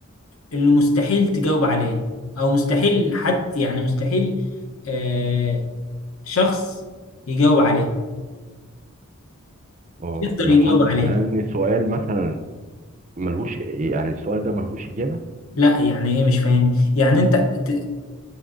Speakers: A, on the left; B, on the right.
A: اللي مستحيل تجاوب عليه أو مستحيل حد يعني مستحيل آه شخص يجاوب عليه
B: اه
A: يقدر
B: لو
A: يجاوب
B: حد
A: عليه
B: سالني سؤال مثلا ملهوش يعني السؤال ده ملهوش اجابه
A: لا يعني إيه مش فاهم يعني أنت ت-